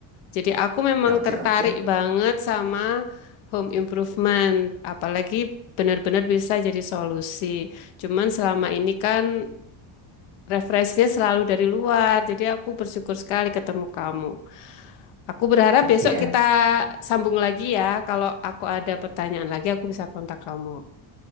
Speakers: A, on the left; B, on the right.
A: Jadi aku memang
B: Oke,
A: tertarik
B: oke.
A: banget sama home improvement, apalagi benar-benar bisa jadi solusi. Cuman selama ini kan referensinya selalu dari luar. Jadi aku bersyukur sekali ketemu kamu. Aku berharap besok
B: ya
A: kita sambung lagi ya. Kalau aku ada pertanyaan lagi, aku bisa kontak kamu.